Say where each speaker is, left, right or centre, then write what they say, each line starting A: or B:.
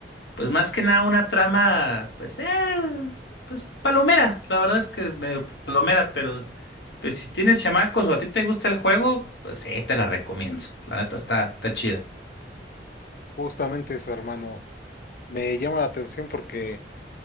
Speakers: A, on the left (about 75°); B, on the left (about 50°).
A: Pues más que nada una trama, pues, eh, pues palomera. La verdad es que medio palomera, pero pues si tienes chamacos o a ti te gusta el juego, pues sí, te la recomiendo. La neta está, está chida.
B: Justamente eso, hermano. Me llama la atención porque